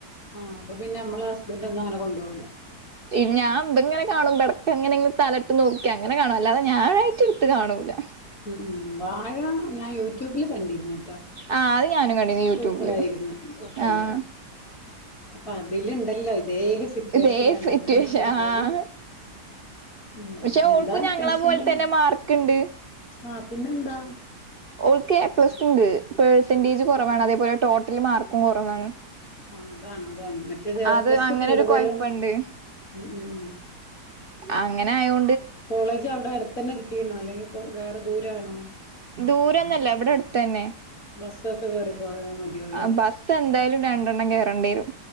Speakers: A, on the left; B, on the right.
A: ആഹ് അപ്പൊ പിന്നെ നമ്മളെ ഹസ്ബന്റ് ഒന്നും അങ്ങനെ കൊണ്ടോവുല്ല.
B: ഇ ഞാൻ ഇതെങ്ങനെ കാണുമ്പട് എങ്ങനെങ്കിലും തലട്ട് നോക്കാ അങ്ങനെ കാണോ അല്ലാതെ ഞാനായിട്ട് ഇട്ട്കാണൂല.
A: ഉം ഉം വാഴ ഞാൻ യൂട്യൂബില് കണ്ടിരുന്നു.
B: ആഹ് ഞാനും കണ്ടിന് യൂട്യൂബില്
A: സൂപ്പർ ആയിരുന്നു കൊഴപ്പല്ല.
B: ആഹ്
A: അപ്പൊ അതില് ണ്ടല്ലോ? അതേ സിറ്റുവേഷനാണ്
B: ഇതേ സിറ്റുവേഷൻ
A: അതാ ഞാൻ പറഞ്ഞത്
B: ആഹ്
A: ഉം
B: പക്ഷെ ഓൾക്കും
A: എന്താ
B: ഞങ്ങളെ
A: ടെൻഷൻ
B: പോലെ
A: തന്നെ
B: മാർക്ക്ണ്ട്
A: ആഹ് പിന്നെന്താ
B: ഓൾക്ക് എ പ്ലസ് ഉണ്ട്. പെർസെന്റേജ് കുറവാണ് അതേപോലെ ടോട്ടൽ മാർക്കും കുറവാണ്.
A: ആ അതാണ് അതാണ്. മറ്റേത് എ
B: അത്
A: പ്ലസ്
B: അങ്ങനെ
A: കൂടുതലും
B: ഒരു കൊഴപ്പണ്ട്
A: ഉം
B: അങ്ങനെ ആയോ
A: കോളേജ് അവിടെ അടുത്തന്നെ കിട്ടിണോ അല്ലെങ്കി ഇപ്പൊ വേറെ ദൂര ണോ?
B: ദൂരൊന്നല്ല ഇവിടെ അടുത്തന്നെ.
A: ബസ്സൊക്കെ കേറി പോയാ മതിയാവൂലേ
B: ആബസ്സ് എന്തായാലും രണ്ടെണ്ണം കേയറേണ്ടി വരും.